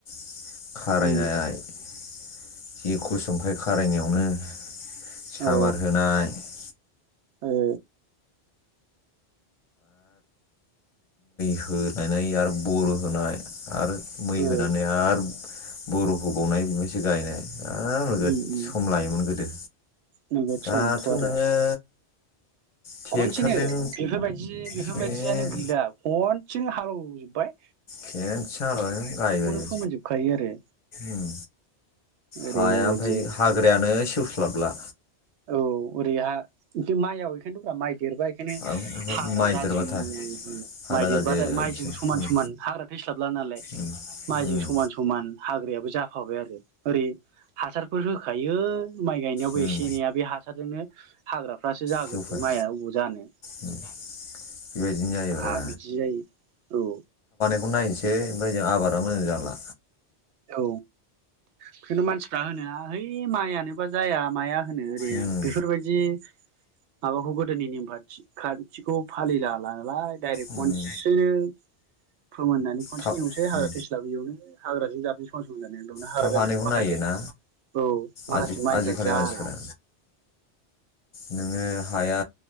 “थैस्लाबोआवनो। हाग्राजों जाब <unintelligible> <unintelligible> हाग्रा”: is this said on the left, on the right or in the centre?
Right